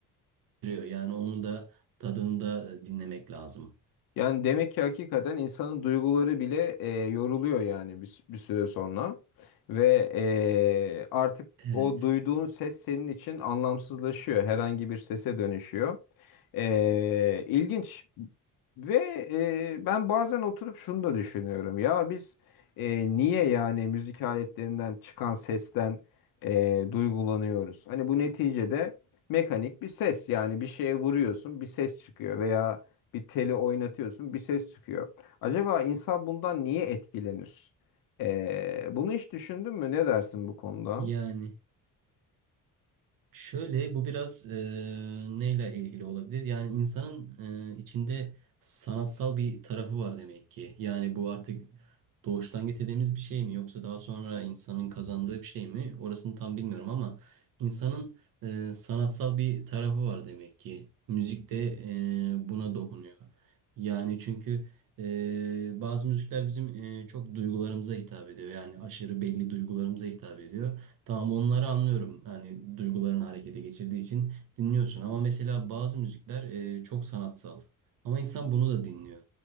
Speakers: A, on the right; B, on the left.
A: Yani onu da tadında dinlemek lazım.
B: Yani demek ki hakikaten insanın duyguları bile e, yoruluyor yani bir, bir süre sonra. Ve e, artık
A: Evet.
B: o duyduğun ses senin için anlamsızlaşıyor. Herhangi bir sese dönüşüyor. E, ilginç. Ve e, ben bazen oturup şunu da düşünüyorum. Ya biz e, niye yani müzik aletlerinden çıkan sesten e, duygulanıyoruz? Hani bu neticede mekanik bir ses yani bir şeye vuruyorsun bir ses çıkıyor veya bir teli oynatıyorsun, bir ses çıkıyor. Acaba insan bundan niye etkilenir? Ee, bunu hiç düşündün mü? Ne dersin bu konuda?
A: Yani. Şöyle bu biraz e, neyle ilgili olabilir? Yani insanın e, içinde sanatsal bir tarafı var demek ki. Yani bu artık doğuştan getirdiğimiz bir şey mi yoksa daha sonra insanın kazandığı bir şey mi? Orasını tam bilmiyorum ama insanın e, sanatsal bir tarafı var demek ki. Müzik de e, buna dokunuyor. Yani çünkü e, bazı müzikler bizim e, çok duygularımıza hitap ediyor. Yani aşırı belli duygularımıza hitap ediyor. Tamam onları anlıyorum. Yani duygularını harekete geçirdiği için dinliyorsun. Ama mesela bazı müzikler e, çok sanatsal. Ama insan bunu da dinliyor.